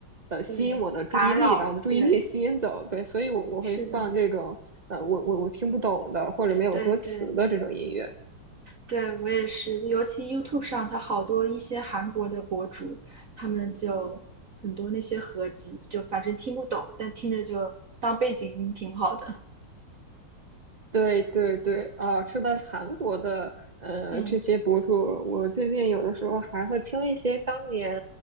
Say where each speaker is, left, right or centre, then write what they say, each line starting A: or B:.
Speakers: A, on the right (about 25°); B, on the right (about 40°).
A: 呃吸引我的注意力，
B: 对，打扰，
A: 把我的注意力
B: 对，
A: <laughs> 吸引走。对，所以我我会放这种呃我我我听不懂的或者没有歌词的这种音乐。
B: 是的，对对对，我也是，尤其 YouTube 上，它好多一些韩国的博主，他们就很多那些合集，就反正听不懂，但听着就当背景音挺好的。
A: 对对对，啊，说到韩国的呃这些博主，
B: 嗯
A: 我最近有的时候还会听一些当年